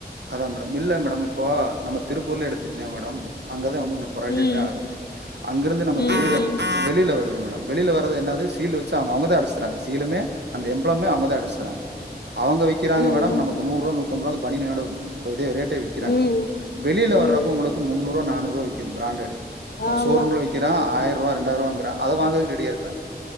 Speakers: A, on the right; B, on the left.
A: அதான் மேடம் இல்ல மேடம் இப்போ நம்ம திருப்பூர்ல எடுத்துகிட்டினா மேடம் அங்க வந்து உங்களுக்கு புரடட்டே
B: ம்
A: ஆகுது அங்கிருந்து நமக்கு
B: ம்
A: வெளில
B: ம்
A: வெளில வருது மேடம் வெளில வரது என்னாது சீல்வச்சி அவுங்கதான் அடச்சி தாரங்க சீலுமே அந்த எப்ளாமே அவுங்க தான் அடச்சி தராங்க அவுங்க விக்கிறங்க
B: ம்
A: மேடம் நமக்கு
B: ம்
A: நூறுபா நூத் தம்பது ரூபா அந்த பனியனோட த்தே ரேட்டே விக்கிறாங்க
B: ம்
A: வெளியில வர்றப்ப
B: ம்
A: உங்களுக்கு முன்னூறு ரூவா நானூறு நூறுரூவா விக்குது பிராண்டடு
B: ஆமா
A: ஷோரூம்ல விக்கிறா ஆயி றுவா ரெண்டாயிரூவாங்கிறா அத வாங்கக் ரெடியா இருக்காங்க